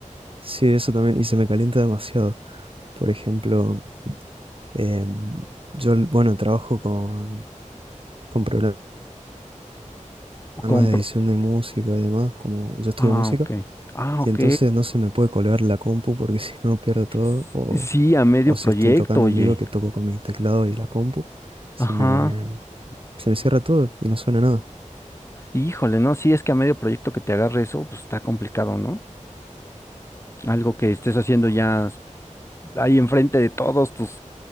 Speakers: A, on the right; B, on the left.
A: Sí, eso también. Y se me calienta demasiado. Por ejemplo... Em, yo, bueno, trabajo con, con programas
B: O
A: de
B: Compro,
A: edición de música y demás, como yo estudio
B: ah,
A: música,
B: ok, ah,
A: y
B: ok,
A: entonces no se me puede colgar la compu porque <laughs> si no pierdo todo,
B: S-
A: o,
B: sí, a medio
A: o si
B: proyecto,
A: estoy tocando
B: oye,
A: en vivo, que toco con mi teclado y la compu, se
B: ajá.
A: me, se me cierra todo y no suena nada.
B: Híjole, no, sí es que a medio proyecto que te agarre eso, pues está complicado, ¿no? Algo que estés haciendo ya ahí enfrente de todos tus,